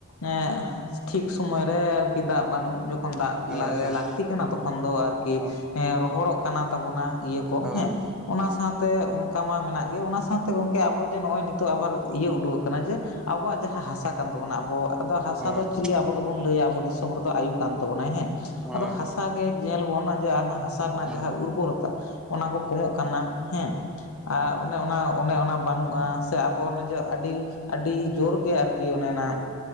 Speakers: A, on the left; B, in the centre.
A: ᱮᱸᱜ ᱴᱷᱤᱠ ᱥᱚᱢᱚᱭ ᱨᱮ ᱟᱨᱠᱤ ᱫᱟᱜ ᱵᱟᱹᱱᱩᱜ ᱡᱚᱠᱷᱚᱱ ᱫᱟᱜ
B: ᱦᱳᱭ ᱦᱳᱭ
A: ᱞᱟᱹᱠᱛᱤ ᱠᱟᱱᱟ ᱛᱚᱠᱷᱚᱱ ᱫᱚ ᱟᱨᱠᱤ
B: ᱦᱳᱭ
A: ᱮᱸᱻ ᱨᱚᱦᱚᱲᱚᱜ ᱠᱟᱱᱟ ᱛᱟᱵᱚᱱᱟ ᱤᱭᱟᱹ ᱠᱚ
B: ᱦᱳᱭ
A: ᱦᱮᱸ ᱚᱱᱟ ᱥᱟᱶᱛᱮ ᱚᱱᱠᱟ ᱢᱟ ᱢᱮᱱᱟᱜ ᱜᱮ ᱚᱱᱟ ᱥᱟᱶᱛᱮ ᱜᱚᱝᱠᱮ ᱟᱵᱚ ᱡᱮ ᱱᱚᱜᱼᱚᱭ ᱱᱤ ᱛᱚ ᱟᱵᱟᱨ ᱤᱭᱟᱹ ᱩᱰᱩᱠᱚᱜ ᱠᱟᱱᱟ ᱡᱮ ᱟᱵᱚᱣᱟᱜ ᱡᱟᱦᱟᱸ ᱦᱟᱥᱟ ᱠᱟᱱ ᱛᱟᱵᱚᱱᱟ ᱟᱵᱚᱣᱟᱜ ᱟᱫᱚ ᱦᱟᱥᱟ
B: ᱦᱳᱭ
A: ᱫᱚ
B: ᱦᱳᱭ
A: ᱪᱤᱞᱤ ᱟᱵᱚ ᱫᱚᱵᱚᱱ ᱞᱟᱹᱭᱟ ᱟᱵᱚ ᱫᱤᱥᱚᱢ ᱨᱮᱫᱚ ᱟᱭᱩ ᱠᱟᱱ ᱛᱟᱵᱚᱱᱟ ᱦᱮᱸ
B: ᱦᱳᱭ
A: ᱟᱫᱚ ᱦᱟᱥᱟ ᱜᱮ ᱧᱮᱞ ᱵᱚᱱ ᱡᱮ ᱦᱟᱥᱟ ᱨᱮᱱᱟᱜ
B: ᱦᱳᱭ
A: ᱡᱟᱦᱟᱸ ᱩᱨᱵᱚᱨᱚᱛᱟ ᱚᱱᱟ ᱠᱚ ᱠᱚᱢᱚᱜ ᱠᱟᱱᱟ ᱦᱮᱸ ᱟᱨ ᱚᱱᱮ ᱚᱱᱟ ᱚᱱᱮ ᱚᱱᱟ ᱵᱟᱹᱱᱩᱜᱼᱟ ᱥᱮ ᱟᱵᱚ ᱱᱮᱡᱮ ᱟᱹᱰᱤ ᱟᱹᱰᱤ ᱡᱳᱨ ᱟᱨᱠᱤ ᱚᱱᱮ ᱚᱱᱟ